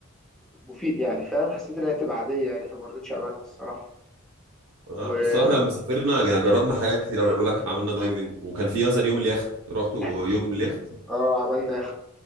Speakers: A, in the centre; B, on the right (about 75°).
A: مفيد يعني فاهم حسيت انها هتبقى عاديه يعني فما رضيتش اعملها الصراحه
B: آه،
A: و
B: الصراحه احنا لما سافرنا يعني جربنا حاجات كتير قوي بقول لك احنا عملنا دايفنج وكان في مثلا يوم اليخت رحت يوم
A: <laughs>
B: اليخت
A: اه عملنا يخت